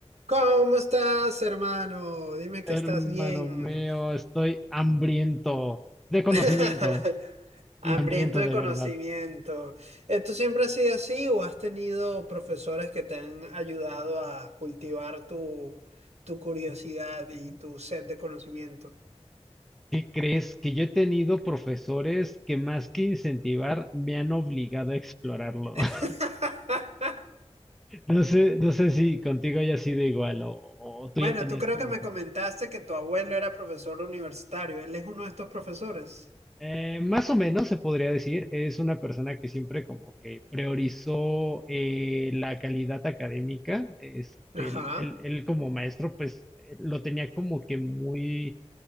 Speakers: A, on the right; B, in the centre.
A: ¿Cómo estás, hermano? Dime que
B: Hermano
A: estás bien.
B: mío, estoy hambriento de conocimiento
A: <laughs> Hambriento
B: y hambriento
A: de
B: de
A: conocimiento.
B: verdad.
A: Eh, ¿Tú siempre has sido así o has tenido profesores que te han ayudado a cultivar tu, tu curiosidad y tu sed de conocimiento?
B: ¿Qué crees? Que yo he tenido profesores que más que incentivar me han obligado a explorarlo.
A: <laughs>
B: <laughs> No sé, no sé si contigo haya sido igual o, o tú
A: Bueno,
B: ya tenías
A: tú creo
B: como
A: que me
B: que...
A: comentaste
B: sus-
A: que tu abuelo era profesor universitario. Él es uno de estos profesores.
B: Eh, más o menos se podría decir, es una persona que siempre como que priorizó eh, la calidad académica. Este,
A: Ajá.
B: él, él- él como maestro pues eh, lo tenía como que muy